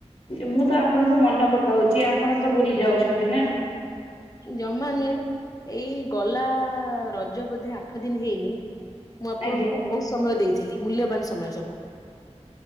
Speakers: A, on the left; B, on the left.
A: ମୁଁ ତ ଆପଣଙ୍କୁ ମନେ ପକାଉଚି। ଆପଣ ତ ଭୁଲି ଯାଉଛନ୍ତି ନାଁ।
B: ଜମା ନୁହେଁ। ଏଇ ଗଲା ରଜ ବୋଧେ ଆଠ ଦିନ ହେଇନି। ମୁଁ ଆପଣଙ୍କୁ
A: ଆଜ୍ଞା
B: ବୋହୁତ ସମୟ ଦେଇଥିଲି ମୂଲ୍ୟବାନ ସମୟ ସବୁ